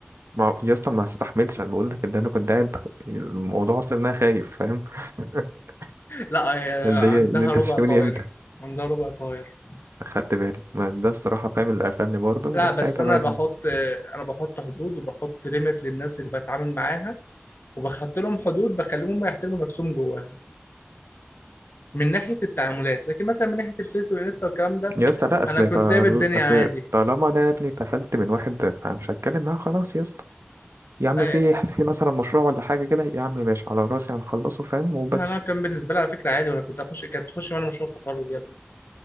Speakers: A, on the right; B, on the left.
A: ما هو- يا اسطى ما استحملتش انا بقول لك ان انا كنت قاعد الموضوع اصلا إن انا خايف فاهم <laughs>
B: لا هي
A: اللي
B: عندها
A: هي اللي انت
B: ربع
A: تشتمني
B: طاير
A: امتى
B: عندها ربع طاير
A: اخدت بالي ما ده الصراحه فاهم اللي قفلني برضه ومن
B: لا بس
A: ساعتها
B: انا
A: بقى
B: بحط انا بحط حدود وبحط ليميت للناس اللي بتعامل معاها وبحط لهم حدود بخليهم يحترموا نفسهم جواها من ناحيه التعاملات لكن مثلا من ناحيه الفيس والانستا والكلام ده
A: يا اسطى لا اصل
B: انا كنت
A: طل-
B: سايب الدنيا
A: اصل
B: عادي
A: طالما انا يا ابني اتقفلت من واحد فمش هتكلم معاه خلاص يا اسطى يا عم
B: أي-
A: في في مثلا مشروع ولا حاجه كده يا عم ماشي على راسي هنخلصه فاهم وبس
B: انا كان بالنسبه لي على فكره عادي وانا كنت اخش كانت تخش معانا مشروع التخرج يا ابني